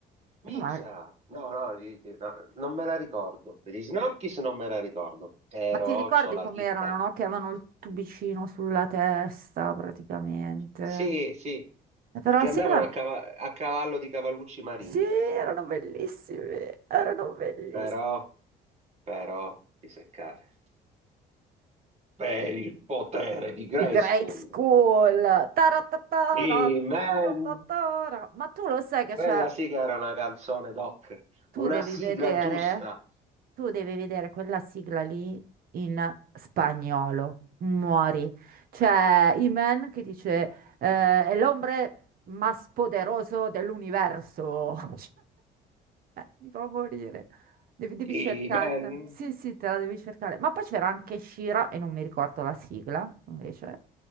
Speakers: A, on the right (about 40°); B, on the right (about 60°).
A: Mizza!
B: no, ma,
A: No, no, gli- no, non me la ricordo. Per gli Snorkis non me la ricordo, però
B: ma ti ricordi
A: c'ho la
B: com'erano,
A: chicca.
B: no? Che avevano il tubicino sulla testa, praticamente.
A: Sì, sì,
B: Eh, Però
A: che
B: la sigla...
A: andavano a, cava- a cavallo di cavallucci marini.
B: Sì, erano bellissimi, erano bellissimi.
A: Però, però, di seccare. Per il potere di Grayskull.
B: di Grey School. Taratatara,
A: Amen!
B: taratatara. Ma tu lo sai che
A: Quella
B: c'è,
A: sì che era una canzone, Doc.
B: tu
A: Una
B: devi
A: sigla
B: vedere,
A: giusta.
B: tu devi vedere quella sigla lì in spagnolo. Muori. C'è Iman che dice eh, è l'ombre más poderoso dell'universo. <laughs> Cioè, Mi fa morire. Devi, devi
A: Amen!
B: cercartela. Sì, sì, te la devi cercare. Ma poi c'era anche Shira e non mi ricordo la sigla, invece.